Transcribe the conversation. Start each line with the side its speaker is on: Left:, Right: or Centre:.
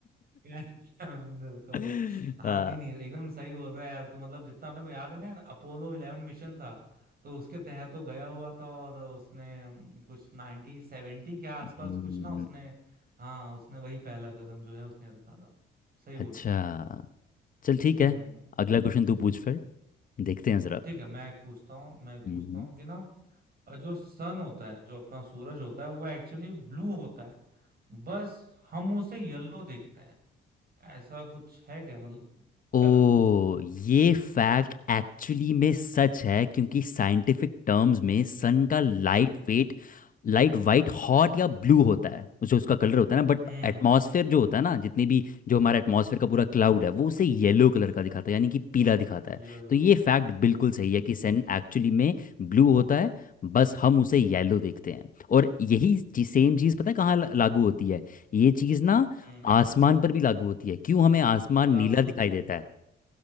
Right: <laughs> क्या क्या मैंने रखा होगा
Left: <laughs>
Right: हाँ
Left: आ,
Right: नहीं नहीं एकदम सही बोल रहा है यार तू मतलब जितना अपने को याद है ना यार अपोलो इलेवन मिशन था तो उसके तहत तो गया हुआ था और उसने हम्म, कुछ नाइनटीन सेवेंटी के आसपास
Left: हम्म,
Right: कुछ ना उसने हाँ उसने वही पहला कदम जो है उसने रखा था सही बोल
Left: अच्छा
Right: रहे हो
Left: चल ठीक
Right: हम्म
Left: है अगला क्वेश्चन तू पूछ फिर देखते हैं
Right: ठीक है मैं एक पूछता हूँ मैं एक
Left: जरा
Right: पूछता हूँ कि ना अ, जो सन होता है जो अपना सूरज होता है वो एक्चुअली ब्लू होता है बस हम उसे येलो देखते हैं ऐसा कुछ है क्या मतलब
Left: ओ
Right: क्या लगता है
Left: ये फैक्ट एक्चुअली में सच है क्योंकि साइंटिफिक टर्म्स में सन का लाइट
Right: हम्म
Left: वेट लाइट वाइट हॉट या ब्लू होता है जो उसका कलर होता है ना बट
Right: हम्म
Left: एटमॉस्फेयर जो होता है ना जितनी भी जो हमारा एटमॉस्फेयर का पूरा क्लाउड है वो उसे येलो कलर का दिखाता है यानी कि पीला दिखाता है
Right: येलो
Left: तो ये फैक्ट बिल्कुल
Right: हम्म
Left: सही है कि सन एक्चुअली में ब्लू होता है बस हम उसे येलो देखते हैं और यही सेम चीज़ पता है कहाँ ला- लागू होती है ये चीज़ ना
Right: हम्म
Left: आसमान पर भी लागू होती है क्यों हमें आसमान
Right: लागू
Left: नीला दिखाई
Right: होती
Left: देता
Right: है
Left: है